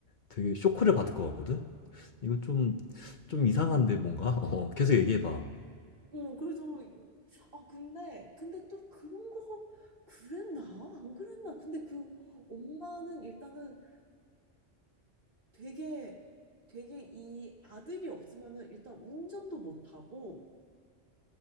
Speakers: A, on the left; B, on the right.
A: 되게 쇼크를 받을 것 같거든? 이거 좀, 좀 이상한데 뭔가? 어, 계속 얘기해봐.
B: 어, 그래서 이- 아 근데 근데 또 그런 거 그랬나? 안 그랬나? 근데 그 엄마는 일단은 되게 되게 이 아들이 없으면은 일단 운전도 못하고